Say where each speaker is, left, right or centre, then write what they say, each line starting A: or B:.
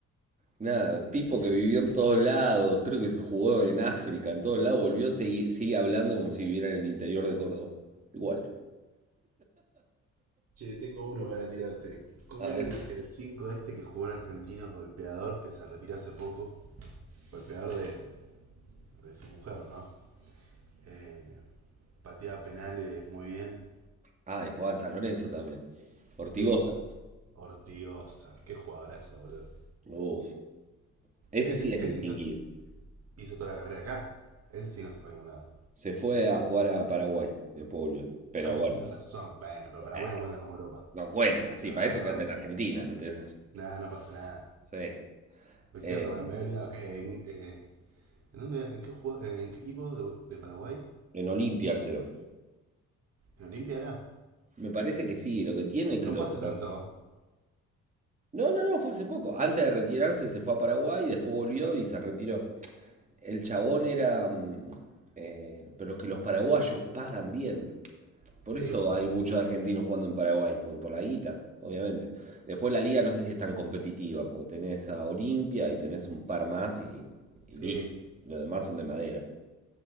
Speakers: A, on the right; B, on the right.
A: Nada, tipo
B: qué
A: que vivió
B: gracioso.
A: en todos lados, creo que se jugó en África, en todos lados, volvió, sigue, sigue hablando como si viviera en el interior de Córdoba. Igual.
B: Che, tengo uno para tirarte. ¿Cómo
A: A ver.
B: era el, el 5 este que jugó en Argentinos, golpeador, que se retiró hace poco? Golpeador de, de su mujer, ¿no? Eh, pateaba penales muy bien.
A: Ah, y jugaba en San Lorenzo también. Ortigosa.
B: Sí, Ortigosa, qué jugadorazo, boludo.
A: Uf, ese
B: Ese,
A: sí es
B: ese
A: distinguido.
B: hizo, hizo toda la carrera acá. Ese sí no se fue a ningún lado.
A: Se fue a jugar a Paraguay y después volvió. Pero
B: Ah,
A: bueno,
B: tenés razón, bueno, pero Paraguay
A: "Eh,
B: no cuenta como Europa.
A: no cuenta.
B: Se
A: Sí,
B: quedó acá
A: para
B: en
A: eso
B: Sudamérica.
A: quédate en Argentina. No te...
B: Nada, no pasa nada.
A: Sí.
B: No es
A: Eh,
B: cierto, me, me he olvidado que en, eh, ¿en, dónde, en, qué jugó- eh, en qué equipo de, de Paraguay?
A: en Olimpia, creo.
B: ¿En Olimpia era?
A: Me parece que sí, lo que tiene es que
B: No
A: los...
B: fue hace
A: para-
B: tanto.
A: No, no, no, fue hace poco. Antes de retirarse se fue a Paraguay y después volvió y se retiró. El chabón era... mm, eh, pero es que los paraguayos pagan bien.
B: Sí,
A: Por eso
B: boludo.
A: hay muchos argentinos jugando en Paraguay, porque por la guita, obviamente. Después la liga no sé si es tan competitiva, porque tenés a Olimpia y tenés un par más y,
B: Sí,
A: y listo. Los demás son de madera.